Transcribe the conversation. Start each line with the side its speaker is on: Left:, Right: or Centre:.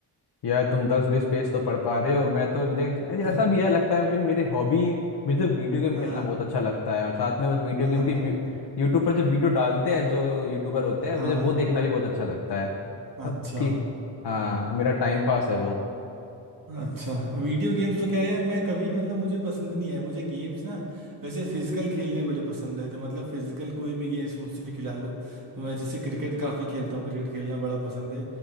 Left: यार तुम दस बीस पेज तो पढ़ पा रहे हो मैं तो मेरे
Right: <laughs>
Left: ऐसा भी है लगता है क्योंकि मेरी हॉबी मुझे वीडियो गेम
Right: हाँ
Left: खेलना बहुत अच्छा लगता है और साथ में मैं वीडियो
Right: हाँ
Left: गेम
Right: हाँ
Left: की यूट्यूब पर जो वीडियो डालते हैं जो यूट्यूबर होते हैं
Right: हाँ
Left: मुझे वो देखना भी बहुत अच्छा लगता है
Right: हाँ,
Left: अब
Right: अच्छा
Left: ठीक हाँ मेरा टाइम पास है वो
Right: अच्छा वीडियो गेम्स तो क्या है यार मैं कभी मतलब मुझे पसंद नहीं है मुझे गेम्स ना वैसे फिजिकल खेलने बड़े पसंद है तो मतलब फिजिकल कोई भी गेम्स मुझसे खिला लो तो मैं जैसे क्रिकेट काफ़ी खेलता हूँ क्रिकेट खेलना बड़ा पसंद है